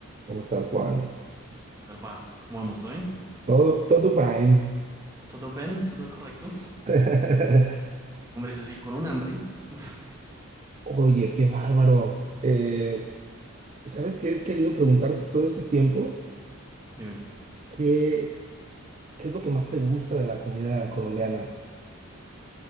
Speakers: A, on the right; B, on the right.
A: ¿Cómo estás, Juan?
B: Alba, ¿cómo vamos? ¿Todo bien?
A: Todo, todo bien.
B: ¿Todo bien? ¿Todo correcto?
A: <laughs>
B: Hombre, eso sí, con un hambre. Uf,
A: Oye, qué bárbaro. Eh, ¿sabes qué? He querido preguntarte todo este tiempo,
B: dímelo.
A: ¿qué, qué es lo que más te gusta de la comida colombiana?